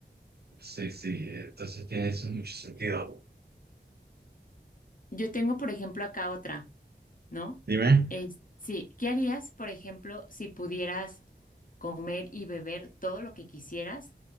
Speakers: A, on the right; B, on the left.
A: Sí, sí, entonces tiene eso mucho sentido.
B: Yo tengo, por ejemplo, acá otra, ¿no?
A: Dime.
B: Es, sí, ¿qué harías, por ejemplo, si pudieras comer y beber todo lo que quisieras,